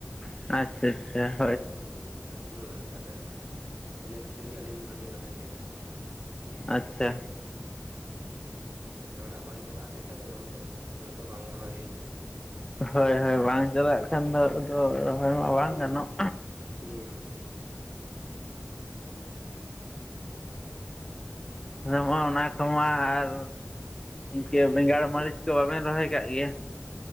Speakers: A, on the left; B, on the right.
A: ᱟᱪ ᱟᱪᱪᱷᱟ ᱟᱪᱪᱷᱟ᱾
B: ᱦᱩᱸ ᱢᱟ ᱛᱟᱦᱞᱮ ᱤᱱᱟᱹ ᱠᱷᱟᱹᱛᱤᱨ ᱜᱮ ᱟᱹᱞᱤᱧ ᱫᱚ ᱵᱟᱹᱞᱤᱧ ᱨᱚᱦᱚᱭ ᱠᱟᱫᱟ ᱾
A: ᱟᱪᱪᱷᱟ᱾
B: ᱡᱚᱛᱚ ᱦᱚᱲᱟᱜ ᱵᱟᱝ ᱪᱟᱞᱟᱜ ᱦᱚᱛᱮᱫ ᱛᱮ ᱚᱱᱟ ᱠᱚᱫᱚ ᱚᱱᱟ ᱫᱚ ᱵᱟᱝ ᱨᱚᱦᱚᱭ ᱦᱩᱭ ᱠᱟᱱᱟ ᱾
A: ᱦᱳᱭ ᱦᱳᱭ ᱵᱟᱝ ᱪᱟᱞᱟᱜ ᱠᱷᱟᱱ ᱫᱚ ᱟᱫᱚ ᱨᱚᱦᱚᱭ ᱢᱟ ᱵᱟᱝ
B: ᱦᱩᱸ
A: ᱜᱟᱱᱚᱜ
B: ᱦᱩᱸ
A: ᱱᱚᱣᱟ ᱚᱱᱟ ᱠᱚᱢᱟ ᱟᱨ ᱤᱱᱠᱟᱹ
B: ᱦᱮᱸ
A: ᱵᱮᱸᱜᱟᱲ ᱢᱟᱹᱨᱤᱪ ᱠᱚ ᱵᱟᱵᱮᱱ ᱨᱚᱦᱚᱭ ᱠᱟᱜ ᱜᱮᱭᱟ